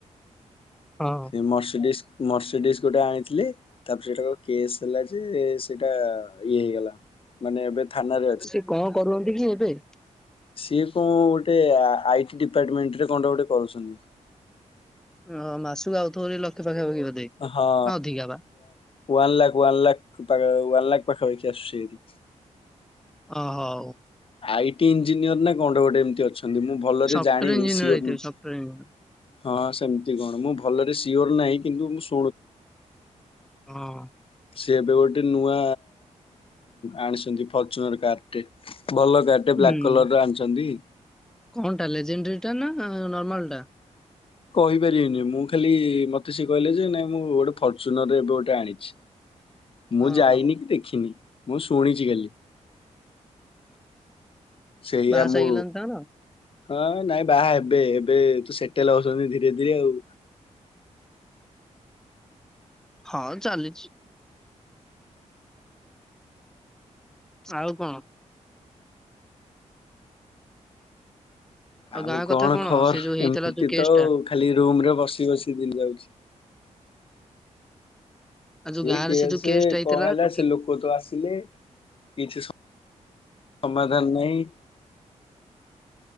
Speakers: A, in the centre; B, on the left (about 45°).
A: ହଁ
B: ସେ ମର୍ସିଡିସ୍। ମର୍ସିଡିସ୍ ଗୋଟେ ଆଣିଥିଲି ତାପରେ ସେଟା କେସ୍ ହେଲା ଯେ ସେଇଟା ଇଏ ହେଇଗଲା। ମାନେ ଏବେ ଥାନାରେ ଅଛି।
A: ସେ କଣ କରୁନ୍ତି କି ଏବେ।
B: ସିଏ କଣ ଗୋଟେ ଆଇ ଟି ଡିପାର୍ଟମେଣ୍ଟ ରେ କଣଟେ ଗୋଟେ କରୁଛନ୍ତି।
A: ଓ ମାସକୁ ଆଉଥିବଟି ଲଖେ <unintelligible> ବୋଧେ
B: ହଁ
A: ଅଧିକା ବା।
B: ୱାନ୍ ଲାଖ ୱାନ୍ ଲାଖ ପାଖ ୱାନ୍ ଲାଖ ପାଖା ପାଖି ଆସୁଛି।
A: ଓ ହୋଉ।
B: ଆଇ ଟି ଇଞ୍ଜିନିୟର ନା କଣ ଟେ ଗୋଟେ ଏମତି ଅଛି। ଦେଖନ୍ତୁ ମୁଁ ଭଲରେ
A: ସଫ୍ଟୱେର
B: ଜାଣିନି
A: ଇଞ୍ଜିନିୟର
B: ସିୟୋର୍
A: ହେଇଥିବେ
B: ନୁହଁ
A: ସଫ୍ଟୱେର ଇଞ୍ଜିନିୟର
B: ହଁ ସେମତି କଣ ମୁଁ ଭଲରେ ସି ସିୟୋର ନାହିଁ କିନ୍ତୁ ମୁଁ ଶୁ
A: ହଁ।
B: ସିଏ ଏବେ ଗୋଟେ ନୂଆ ଆଣିଛନ୍ତି ଫର୍ଚୁନର କାର ଟେ। ଭଲ କାର୍ ଟେ ବ୍ଲାକ୍
A: ହୁଁ।
B: କଲର ଆଣିଛନ୍ତି।
A: କଣଟା ଲେଜେଣ୍ଡାରୀ ଟା ନା ନର୍ମାଲ ଟା?
B: କହିପାରିବିନି ମୁଁ ଖାଲି ମତେ ସିଏ କହିଲେ ଯେ ନାଇଁ ମୁଁ ଗୋଟେ ଫର୍ଚୁନରରେ ଏବେ ଗୋଟେ ଆଣିଛି। ମୁଁ
A: ଅଁ,
B: ଯାଇନି
A: ହଉ
B: କି ଦେଖିନି। ମୁଁ ଶୁଣିଛି ଖାଲି। ସେଇଆ
A: ବାହାସାହା
B: ମୁଁ
A: ହେଇଗଲାଣି ତାଙ୍କର?
B: ହଁ ନାଇଁ ବାହା ଏବେ ଏବେ ସେଟଲ ହଉଛନ୍ତି ଧୀରେ ଧୀରେ ଆଉ
A: ହଁ ଚାଲିଛି। ଆଉ କଣ?
B: ଆଉ
A: ଗାଁ
B: କଣ
A: କଥା
B: ଖବର
A: ସେ ଯୋଉ ହେଇଥିଲା
B: ଏମିତି
A: ଯୋଉ କେସ୍
B: ତ ଆଉ
A: ଟା
B: ଖାଲି ରୁମରେ ବସି ବସିକି ଦିନ ଯାଉଛି।
A: ଆଉ ଯୋଉ
B: ସେଇ
A: ଗାଁରେ
B: କେସେ
A: ସେ ଯୋଉ କେସ୍ ଟା ହେଇଥିଲା
B: କଣ ହେଲା
A: ଟୁକି
B: ସେ ଲୋକ ତ ଆସିଲେ କିଛି ସ ସମାଧାନ ନାଇଁ